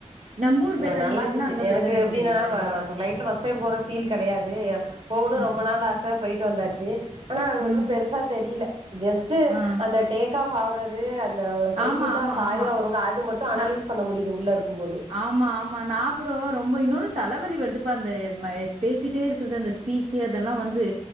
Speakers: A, on the right; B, on the right.
A: நம்பூர்
B: அ
A: பெட்டர்ன்றீங்களா?
B: நல்லா இருந்துச்சு
A: அங்க
B: எனக்கு
A: பெட்டர்ன்றீங்களா?
B: எப்படின்னா
A: நீங்க
B: அ
A: பாத்து.
B: நைட்ல ஃபஸ்டைம் போற ஃபீல் கிடையாது ய போணும்
A: ம்,
B: ரொம்ப நாள் ஆச போயிட்டு வந்தாச்சு ஆனா அது
A: ம்.
B: வந்து பெருச் சா தெரியல ஜஸ்ட்
A: ஆ.
B: அந்த டேக் ஆஃப் ஆவுறது வந்து ஒரு செங்குத்தா
A: ஆமா, ஆமா,
B: சாய்வா
A: ஆமா.
B: வரும்ல அது மட்டும் அனலைஸ்
A: நான்
B: பண்ண முடியுது உள்ள இருக்கும்போது
A: ஆமா ஆமா நா கூட ரொம்ப இன்னொன்னு தலைவலி வருதுப்பா அந்த மைஸ் பேசிட்டே இருக்குது அந்த பீச்சு அதெல்லாம் வந்து